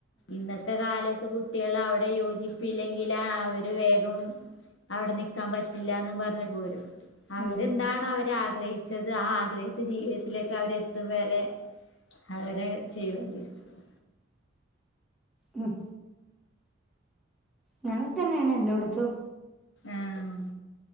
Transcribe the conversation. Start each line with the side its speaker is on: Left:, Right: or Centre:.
Left: ഇന്നത്തെ കാലത്ത് കുട്ടികള് അവിടെ യോജിപ്പില്ലെങ്കില് അവര് വേഗം അവിടെ നിക്കാൻ പറ്റില്ലാന്നും പറഞ്ഞ് പോരും അവരെന്താണോ
Centre: ഉം ഉം
Left: അവര് ആഗ്രഹിച്ചത് ആ ആഗ്രഹിച്ച ജീവിതത്തിലേക്ക് അവരെത്തും വരെ അവര് ചെയ്തൊണ്ടിരിക്കും
Centre: ഉം അങ്ങനൊക്കെന്ന്യാണ് എല്ലോടത്തും
Left: ആഹ്‌